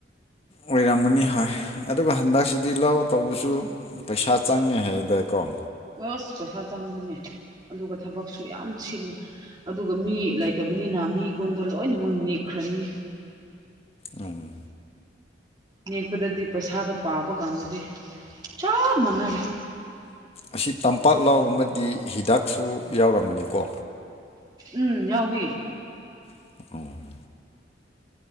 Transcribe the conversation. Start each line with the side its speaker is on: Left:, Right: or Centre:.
Left: ꯑꯣꯏꯔꯝꯃꯅꯤ ꯍꯣꯏ ꯑꯗꯨꯒ ꯍꯟꯗꯛꯁꯤꯗꯤ ꯂꯧ ꯇꯧꯕꯁꯨ꯫ ꯄꯩꯁꯥ ꯆꯪꯉꯦ ꯍꯥꯌꯦꯗꯀꯣ
Right: ꯑꯁ ꯄꯩꯁꯥ ꯆꯪꯕꯅꯦ ꯑꯗꯨꯒ ꯊꯕꯛꯁꯨ ꯌꯥꯝ ꯁꯤꯜꯂꯦ꯫ ꯑꯗꯨꯒ ꯃꯤ ꯂꯩꯇꯕꯅꯤꯅ ꯃꯤꯉꯣꯟꯗ ꯂꯣꯏꯅꯃꯛ ꯅꯦꯛꯈ꯭ꯔꯅꯤ꯫
Left: ꯎꯝ
Right: ꯅꯦꯛꯄꯗꯗꯤ ꯄꯩꯁꯥꯗꯣ ꯄꯥꯕ ꯀꯥꯟꯗꯗꯤ ꯆꯞ ꯃꯥꯟꯅꯔꯦ꯫
Left: ꯑꯁꯤ ꯇꯝꯄꯥꯛ ꯂꯥꯎ ꯑꯃꯗꯤ ꯍꯤꯗꯥꯛꯁꯨ ꯌꯥꯎꯔꯝꯕꯅꯤꯀꯣ꯫
Right: ꯎꯝ ꯌꯥꯎꯋꯤ꯫
Left: ꯑꯣ꯫